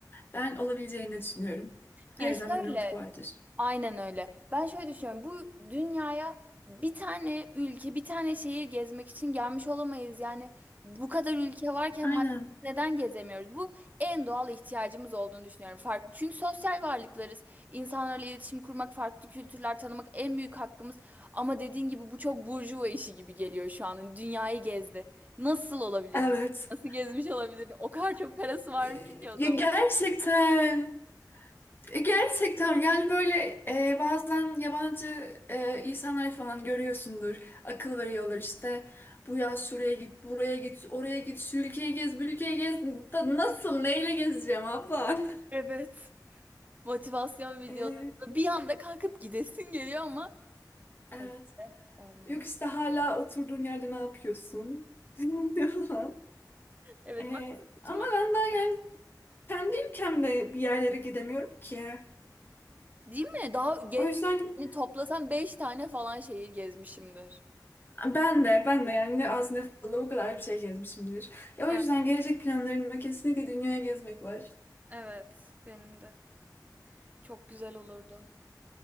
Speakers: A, on the left; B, on the right.
A: ben olabileceğini düşünüyorum. Her
B: Ya şöyle.
A: zaman bir umut vardır.
B: Aynen öyle. Ben şöyle düşünüyorum. Bu dünyaya bir tane ülke, bir tane şehir gezmek için gelmiş olamayız. Yani bu kadar ülke varken
A: Aynen.
B: madde neden gezemiyoruz? Bu en doğal ihtiyacımız olduğunu düşünüyorum. Farklı. Çünkü sosyal varlıklarız. İnsanlarla iletişim kurmak, farklı kültürler tanımak en büyük hakkımız. Ama dediğin gibi bu çok burjuva işi gibi geliyor şu an. Dünyayı gezdi. Nasıl olabilir?
A: Evet.
B: Nasıl gezmiş olabilir? O kadar çok parası varmış
A: E,
B: ki o
A: Ya
B: zaman.
A: gerçekten. E, Gerçekten yani böyle e, bazen yabancı e, insanlar falan görüyorsundur. Akıl veriyorlar işte. Bu yaz şuraya git, buraya git, oraya git, şu ülkeyi gez, bu ülkeyi gez. Da- Nasıl, neyle gezeceğim abla? <laughs>
B: Evet. Motivasyon videoları.
A: E,
B: Bir anda kalkıp gidesin geliyor ama
A: Evet.
B: tabii olmuyor.
A: Yok işte hala oturduğun yerde ne yapıyorsun? <laughs> falan.
B: Evet
A: Ee,
B: maalesef oturmak.
A: ama ben daha yani kendi ülkemde bir yerlere gidemiyorum ki.
B: Değil mi? Daha ge
A: O yüzden
B: hani toplasam 5 tane falan şehir gezmişimdir.
A: ben de ben de yani ne az ne fazla o kadar bir şey gezmişimdir. Ya
B: Evet,
A: o yüzden gelecek planlarımda kesinlikle dünyaya gezmek var.
B: evet, benim de. Çok güzel olurdu.